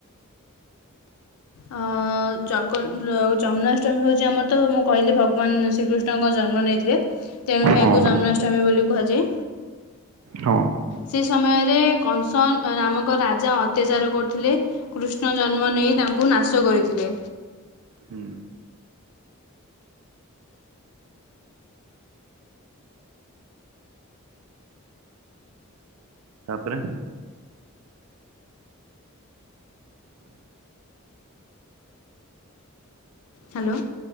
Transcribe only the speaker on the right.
ହଁ
ହଁ।
ହୁଁ। ତାପରେ।